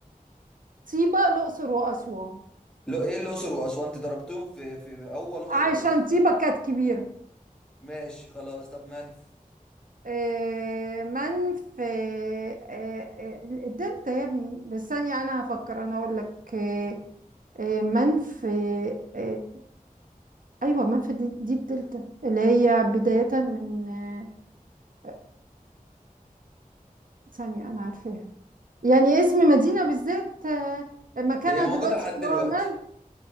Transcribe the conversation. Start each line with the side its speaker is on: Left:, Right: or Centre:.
Right: طيبة الاقصر واسوان
Centre: لو ايه الأقصر وأسوان انت ضربتهم في في أول أقصر
Right: عشان
Centre: بس
Right: طيبة كانت كبيرة
Centre: ماشي خلاص طب منف
Right: آه، من في آه، آه، الدلتا يا ابني بس ثانية انا هفكر انا اقول لك آه، آه، من في آه، ايوه منفى دي, دي الدلتا اللي هي بداية من آه، آه، ثانية انا عارفاها يعني اسم مدينة بالذات آه، مكانها
Centre: هي موجودة
Right: دلوقتي
Centre: لحد
Right: اللي
Centre: دلوقتي
Right: هو منف